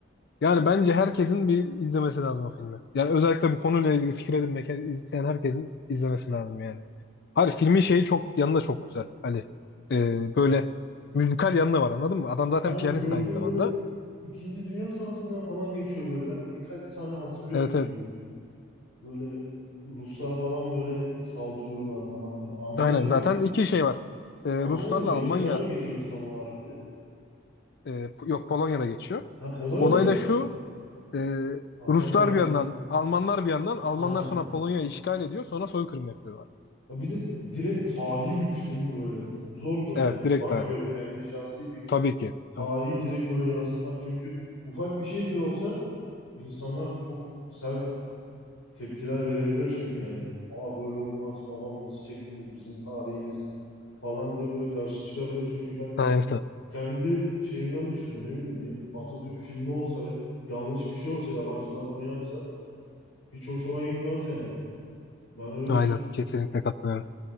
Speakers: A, on the left (about 50°); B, on the left (about 85°).
A: Yani bence herkesin bir izlemesi lazım o filmi. Yani özellikle bu konuyla ilgili fikir edinmek isteyen herkesin izlemesi lazım yani. Hayır filmin şeyi çok yanında çok güzel. Hani e, böyle müzikal yanında var anladın mı? Adam zaten
B: Ben
A: piyanist
B: gördüm
A: aynı zamanda.
B: böyle İkinci Dünya Savaşı'ndan falan geçiyor böyle. Ben birkaç sahne hatırlıyorum
A: Evet
B: gibi
A: evet.
B: böyle. Böyle Ruslar falan böyle saldırıyorlar falan böyle. Almanya'da
A: Aynen zaten
B: geçiyordu.
A: iki şey var. E,
B: Almanya'da
A: Ruslarla
B: mı geçiyor?
A: Almanya
B: Nerede geçiyordu tam olarak bile?
A: e, yok Polonya'da geçiyor.
B: Ha Polonya'da
A: Olay
B: mı geçiyor?
A: da şu. e,
B: Almanlar
A: Ruslar
B: Almanlar.
A: bir yandan Almanlar bir yandan
B: Ha,
A: Almanlar
B: aynen.
A: sonra Polonya'yı işgal ediyor sonra soykırım yapıyorlar.
B: Ya bir de direkt tarihi bir film böyle. Çok zordur
A: Evet
B: bence.
A: direkt
B: Bana
A: aynı.
B: göre kendi şahsi fikrim.
A: Tabii ki.
B: Tarihi
A: Tamam.
B: direkt böyle yansıtmak. Çünkü ufak bir şey bile olsa insanlar çok sert tepkiler verebilir çünkü yani. Aa böyle olmaz falan nasıl çektiniz bizim tarihimiz falan diye böyle karşı çıkabilir. Çünkü ben
A: <laughs> Aynen.
B: kendi şeyimden düşünüyorum. Ne bileyim bir Atatürk filmi olsa ve yanlış bir şey olsa yabancılar bunu yapsa hiç hoşuma gitmez yani. Ben öyle
A: Aynen
B: düşünüyorum.
A: kesinlikle katılıyorum.